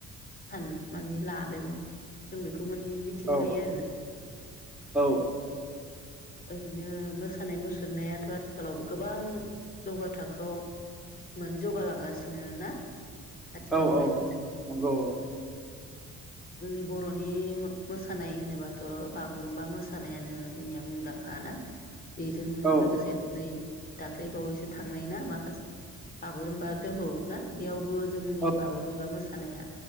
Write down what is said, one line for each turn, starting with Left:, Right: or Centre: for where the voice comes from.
Left: सान माने ला दों जों बेखौ मानि मिथिनो
Centre: औ
Left: हायो आरो ना ।
Centre: औ
Left: ओरैनो मोसानाय मुसुरनायाथ आथिखालावबो गोबां जौगा थाखोआव मोन जौगा लांगासिनो बिनो ना आथिखालावहाय
Centre: औ औ
Left: ।
Centre: नंगौ औ
Left: जोंनि बरनि मोसानाय होनोबाथ बागुरुमबा मोसानायानो जोंनिया मुंदांखा हाना बेजों
Centre: औ
Left: लोगोसे नै दाख्लैबावैसो थांनाय ना माखासे बागुरुम्बा दोहौ ना बेयावबो जोंनि
Centre: औ
Left: बागुरुम्बा मोसानाया